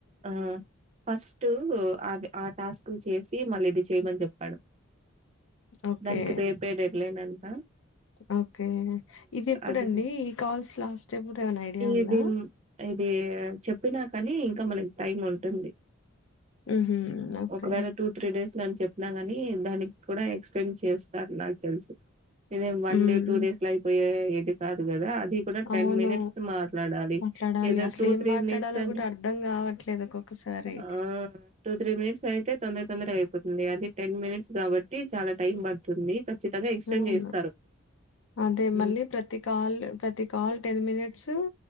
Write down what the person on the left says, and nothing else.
ఓకే
ఓకే ఇది ఎప్పుడండి
ఈ కాల్స్ లాస్ట్ ఎప్పుడు ఏమైనా ఐడియా ఉందా
ఉహు ఓకే
ఉమ్
అవును
మాట్లాడాలి
అసలు
ఏం
మాట్లాడాలో
కూడా అర్థం కావట్లేదు ఒక్కొక్కసారి
అవును
అదే మళ్ళీ
ప్రతి కాల్ ప్రతి కాల్ టెన్ మినిట్స్